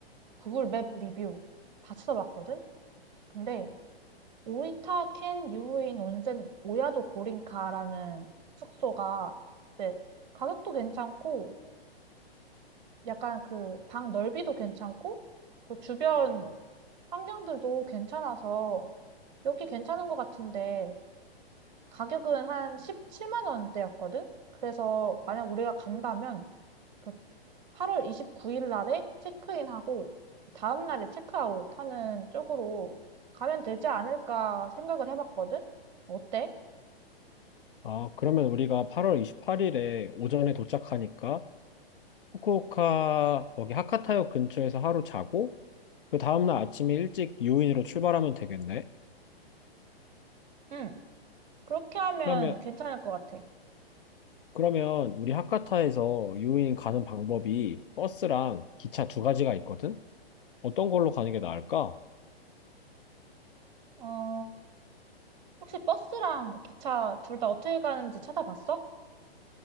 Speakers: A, on the right; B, on the left.
A: 구글 맵 리뷰 다 찾아봤거든? 근데 오이타 켄 유후인 온센 오야도 고린카라는 숙소가 이제 가격도 괜찮고 약간 그 방 넓이도 괜찮고 그 주변 환경들도 괜찮아서 여기 괜찮은 것 같은데 가격은 한 17만 원대였거든? 그래서 만약 우리가 간다면 그 8월 29일 날에 체크인하고 다음 날에 체크아웃 하는 쪽으로 가면 되지 않을까 생각을 해봤거든? 어때?
B: 아, 그러면 우리가 8월 28일에 오전에 도착하니까 후쿠오카 거기 하카타역 근처에서 하루 자고 그 다음날 아침에 일찍 유인으로 출발하면 되겠네.
A: 응, 그렇게 하면
B: 그러면
A: 괜찮을 것 같아.
B: 그러면 우리 하카타에서 유인 가는 방법이 버스랑 기차 두 가지가 있거든? 어떤 걸로 가는 게 나을까?
A: 어, 혹시 버스랑 기차 둘 다 어떻게 가는지 찾아봤어?